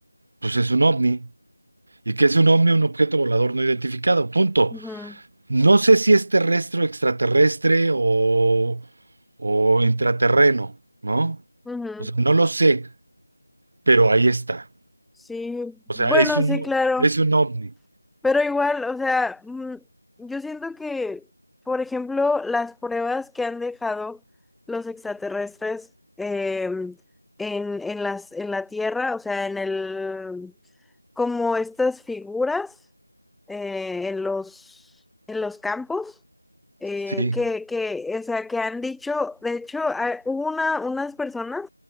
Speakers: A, on the right (about 55°); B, in the centre.
A: Pues es un ovni. y que es un ovni, un objeto volador no identificado. Punto.
B: Ujú,
A: No sé si es terrestre o extraterrestre o, o intraterreno, ¿no?
B: ujú.
A: O sea, no lo sé, pero ahí está.
B: Sí,
A: O sea,
B: bueno,
A: es un,
B: sí, claro.
A: es un ovni.
B: Pero igual, o sea, mm, yo siento que, por ejemplo, las pruebas que han dejado los extraterrestres em, en, en las, en la Tierra, o sea, en el, como estas figuras eh, en los, en los campos, eh,
A: Sí.
B: que, que, o sea, que han dicho, de hecho, hay- hubo una, unas personas